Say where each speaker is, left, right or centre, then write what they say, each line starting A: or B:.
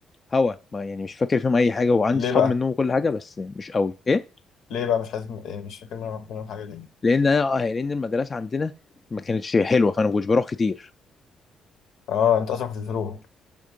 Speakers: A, on the left; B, on the left.
A: هوا ما يعني مش فاكر فيهم اي حاجه وعندي
B: ليه
A: اصحاب
B: بقى؟
A: منهم وكل حاجه بس مش قوي ايه
B: ليه بقى مش عايز يعني مش فاكر منهم منهم حاجة ليه؟
A: لان انا آه، يعني لان المدرسه عندنا ما كانتش حلوه فانا ما كنتش بروح كتير
B: اه انت اصلا كنت بتروح